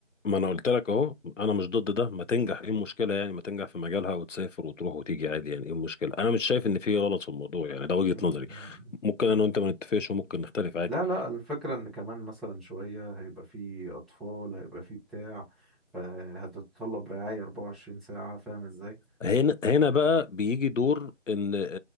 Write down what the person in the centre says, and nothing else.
مم.
مم.
مم.
لا لا الفكرة ان كمان مثلا شوية هيبقى فيه اطفال هيبقى فيه بتاع فهتتطلب رعاية 24 ساعة فاهم ازاي؟